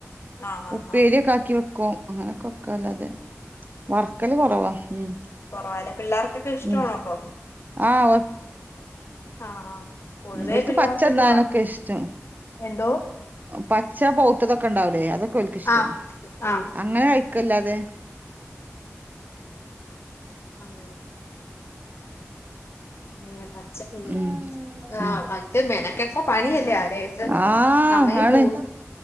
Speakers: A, on the left (about 55°); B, on the right (about 35°).
A: ആഹ് ആഹ്
B: ഉപ്പേര്യാെക്കാക്കി
A: ആഹ്
B: വെക്ക് ക്കും. അങ്ങനെ ഒക്കെ വെക്ക അല്ലാതെ വർക്കല് കൊറവാ ഉം.
A: കൊറവാലെ. പിള്ളാർക്കൊക്കെ ഇഷ്ട്ടാണൊ
B: ഉം
A: അപ്പം.
B: ആഹ്
A: ആഹ് ആഹ്. പൊതുവേ
B: ഉം ഓൽക്ക്
A: പിള്ളേർക്കൊക്കെ
B: പച്ച തിന്നാനൊക്കെ
A: വറു
B: ഇഷ്ടം.
A: എന്തോ
B: പച്ച പൊഹ്തതൊക്കെ ഇണ്ടാവുലെ അതൊക്കെ ഓൽക്കിഷ്ടം
A: ആഹ് ആഹ്
B: അങ്ങനെ കയ് ക്കല്ലാതെ.
A: ഉം അങ്ങനെ പച്ച <unintelligible>
B: ഉം ഉം
A: ആഹ് <unintelligible> മെനക്കെ ഇപ്പൊ പണിയല്ലേ ആരായിട്ടും
B: ആഹ്
A: സമയം
B: ആണ്
A: പൂവണ്ട്